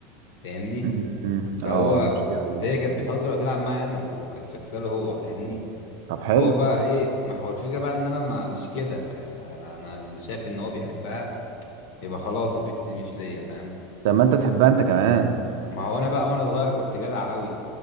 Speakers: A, on the left (about 65°); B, on the right (about 70°).
A: فاهمني
B: أمم،
A: فهو
B: اه مشكلة دي
A: فهي كانت بتهزر وتلعب معايا انا وكانت فاكساله هو فاهمني
B: طب حلو
A: فهو بقى ايه ما هو الفكره بقى ان انا ما مش كده فانا انا شايف ان هو بيحبها يبقى خلاص البت دي مش ليا فاهم
B: طب ما انت تحبها انت كمان
A: ما هو انا بقى وانا صغير كنت جدع قوي